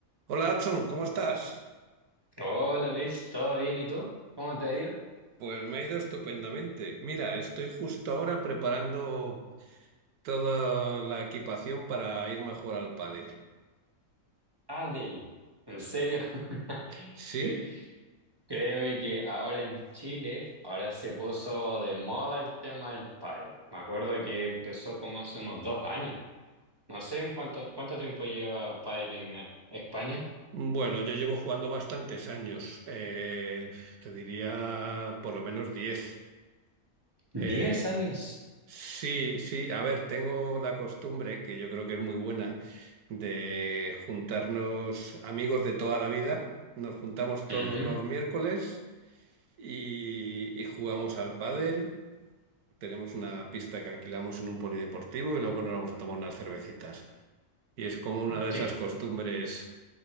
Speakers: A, on the right; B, on the right.
A: Hola, Adson, ¿cómo estás?
B: Hola Luis, ¿todo bien? ¿Y tú? ¿Cómo te ha ido?
A: Pues me ha ido estupendamente. Mira, estoy justo ahora preparando toda la equipación para irme a jugar al pádel.
B: Adel, ¿en serio? <laughs>
A: ¿Sí?
B: Cre- Créeme que ahora en Chile, ahora se puso de moda el tema del pádel. Me acuerdo que empezó como hace unos dos años. No sé en cuánto, cuánto tiempo lleva pádel en eh, España.
A: Bueno, yo llevo jugando bastantes años, eh, te diría por lo menos 10.
B: Diez
A: Eh,
B: años.
A: sí, sí, a ver, tengo la costumbre, que yo creo que es muy buena, de juntarnos amigos de toda la vida. Nos juntamos todos
B: Ujú.
A: los miércoles. y, y jugamos al pádel. Tenemos una pista que alquilamos en un polideportivo y luego nos vamos a tomar unas cervecitas. Y es como una de esas
B: ¿Qué?
A: costumbres